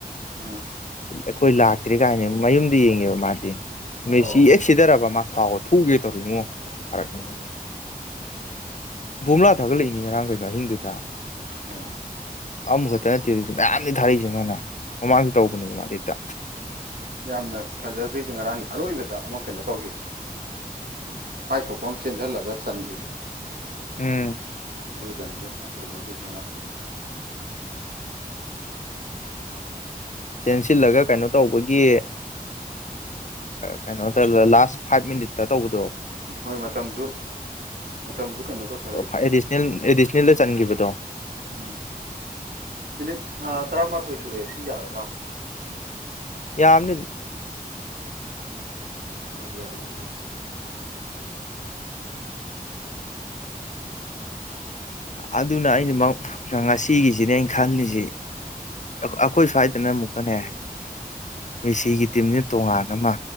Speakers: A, on the right; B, on the left.
A: ꯎꯝ
B: ꯑꯩꯈꯣꯏ ꯂꯥꯛꯇ꯭ꯦ ꯀꯥꯏꯅꯦ ꯃꯌꯨꯝꯗ ꯌꯦꯡꯉꯦꯕ ꯃꯥꯗꯤ ꯃꯦꯁꯤ
A: ꯑꯣ
B: ꯌꯦꯛ ꯁꯤꯗꯔꯕ ꯃꯥ ꯁꯥꯎꯕ ꯊꯨꯒꯦ ꯇꯧꯔꯤꯃꯣ ꯍꯥꯏ ꯊꯥꯔꯛꯅꯤꯡꯉꯤ ꯕꯣꯝꯂꯥ ꯊꯥꯒꯠꯂꯛꯏꯅꯤ ꯉꯔꯥꯡ ꯀꯩꯅꯣ ꯑꯍꯤꯡꯗꯨꯗ
A: ꯑꯣ
B: ꯑꯃꯈꯛꯇ ꯅꯠꯇꯦ ꯑꯗꯨꯁꯨ ꯃꯌꯥꯝꯗꯤ ꯊꯥꯔꯤꯛꯏꯁꯦ ꯃꯥꯅ ꯃꯃꯥꯡꯁꯨ ꯇꯧ ꯗꯦꯛꯇ
A: ꯌꯥꯝꯅ ꯐꯖꯈ꯭ꯔꯤꯁꯦ ꯉꯔꯥꯡꯒꯤ ꯑꯔꯣꯏꯕꯗ ꯑꯃ ꯀꯩꯅꯣ ꯇꯧꯈꯤꯕꯗꯣ ꯀꯥꯏꯊꯣꯛꯄ ꯑꯃ ꯆꯦꯟꯁꯤꯜꯂꯒ ꯆꯟꯈꯤꯕꯗꯣ
B: ꯎꯝ
A: ꯑꯗꯨꯗꯅꯤꯗ ꯌꯥꯝ ꯐꯖꯈ꯭ꯔꯤꯁꯦ ꯃꯥ
B: ꯆꯦꯟꯁꯤꯜꯂꯒ ꯀꯩꯅꯣ ꯇꯧꯕꯒꯤ ꯀꯩꯅꯩꯅꯣ ꯃꯇꯝ ꯂꯥꯁ ꯐꯥꯏꯚ ꯃꯤꯅꯤꯠꯇ ꯇꯧꯕꯗꯣ
A: ꯍꯣꯏ ꯃꯇꯝꯁꯨ ꯃꯇꯝꯁꯨ ꯀꯩꯅꯣ ꯇꯧꯀꯦ ꯂꯩꯗꯅ
B: ꯑꯦꯗꯤꯁꯅꯦꯜ ꯑꯦꯗꯤꯁꯅꯦꯜꯗ ꯆꯟꯈꯤꯕꯗꯣ
A: ꯎꯝ ꯃꯤꯅꯤꯠ ꯑ ꯇꯔꯥꯃꯥꯊꯣꯏ ꯁꯨꯔꯦꯑꯦ ꯁꯤ ꯌꯥꯒꯗ꯭ꯔꯥ
B: ꯌꯥꯝ ꯑꯃꯅꯤꯅꯤ
A: ꯑꯣ ꯌꯥꯕꯒ
B: ꯑꯗꯨꯅ ꯑꯩꯅꯃꯛ ꯉꯁꯤꯒꯤꯁꯤ ꯁꯤꯅꯦ ꯑꯩꯅ ꯈꯜꯂꯤꯁꯤ ꯑꯩꯈꯣꯏ ꯁ꯭ꯋꯥꯏꯗꯅ ꯑꯃꯨꯛꯀꯅꯦ ꯃꯦꯁꯤꯒꯤ ꯇꯤꯝꯁꯤꯅ ꯇꯣꯉꯥꯟ ꯑꯃ